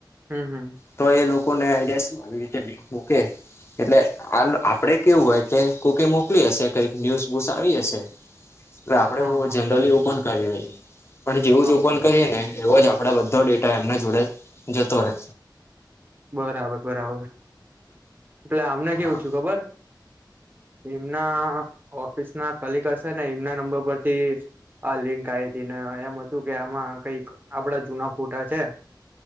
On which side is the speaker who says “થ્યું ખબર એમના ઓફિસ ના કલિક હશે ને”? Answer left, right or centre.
Right